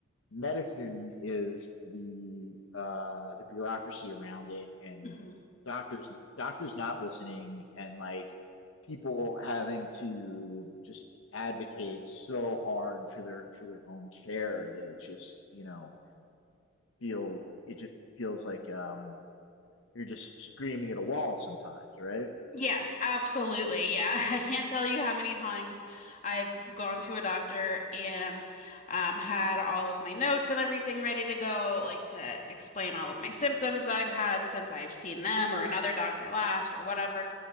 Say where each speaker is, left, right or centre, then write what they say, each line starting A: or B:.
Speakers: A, on the left; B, on the left.
A: medicine is the uh the bureaucracy around it and
B: Mm-hmm.
A: doctors doctors not listening and like people having to just advocate so hard for their for their own care that it just you know feels it just feels like um you're just screaming at a wall sometimes right
B: Yes, absolutely. Yeah. <laughs> I can't tell you how many times I've gone to a doctor and um, had all of my notes and everything ready to go, like to explain all of my symptoms that I've had since I've seen them or another doctor last or whatever.